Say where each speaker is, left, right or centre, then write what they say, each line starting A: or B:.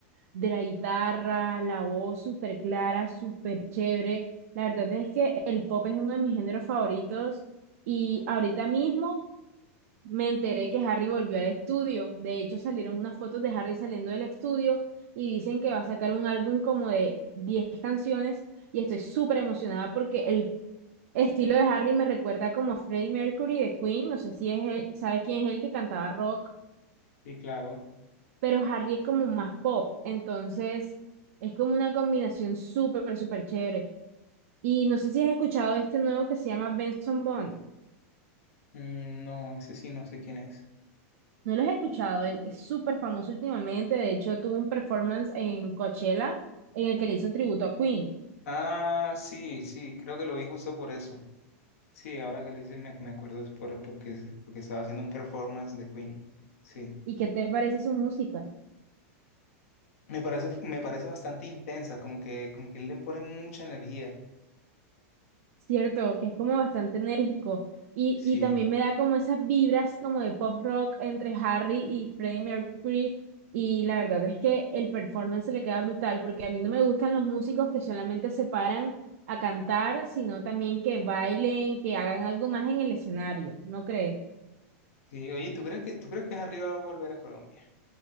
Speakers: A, on the right; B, on the left.
A: de la guitarra, la voz súper clara, súper chévere. La verdad es que el pop es uno de mis géneros favoritos y ahorita mismo me enteré que Harry volvió al estudio. De hecho, salieron unas fotos de Harry saliendo del estudio y dicen que va a sacar un álbum como de 10 canciones y estoy súper emocionada porque el estilo de Harry me recuerda como a Freddie Mercury de Queen. No sé si es él- sabes quién es el que cantaba rock,
B: Sí, claro.
A: pero Harry es como más pop. Entonces, es como una combinación súper, súper chévere. Y no sé si has escuchado de este nuevo que se llama Benson Bond.
B: Mm, No, ese sí, no sé quién es.
A: No lo he escuchado, él es súper famoso últimamente, de hecho tuvo un performance en Coachella en el que le hizo un tributo a Queen.
B: Ah, sí, sí, creo que lo vi justo por eso. Sí, ahora que lo hice me, me acuerdo es por, porque, es- porque estaba haciendo un performance de Queen. Sí.
A: ¿Y qué te parece su música?
B: Me parece, me parece bastante intensa, como que, como que él le pone mucha energía.
A: Cierto, que es como bastante enérgico y,
B: Sí.
A: y también me da como esas vibras como de pop rock entre Harry y Freddie Mercury y la verdad es que el performance le queda brutal porque a mí no me gustan los músicos que solamente se paran a cantar, sino también que bailen, que hagan algo más en el escenario, ¿no crees?
B: Sí, oye, ¿tú crees que, tú crees que Harry va a volver a Colombia?